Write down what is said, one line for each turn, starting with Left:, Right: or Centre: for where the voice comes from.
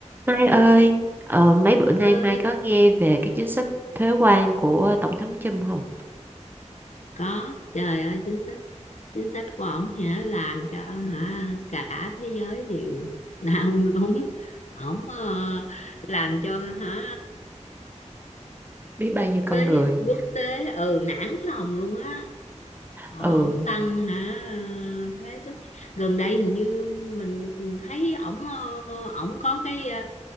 Right: Mai ơi, ờ, mấy bữa nay
Left: ơi
Right: Mai có nghe về cái chính sách thuế quan của Tổng thống Trump không?
Left: có trời ơi chính sách chính sách của ổng hả làm cho hả cả thế giới đều <laughs> nao núng ổng ờ, làm cho hả
Right: Biết bao nhiêu con
Left: tới
Right: người.
Left: quốc tế ừ nản lòng luôn á Ồ,
Right: Ừ,
Left: ổng tăng hả ờ, thuế xuất gần đây hình như mình thấy ổng ờ, ổng có cái ờ,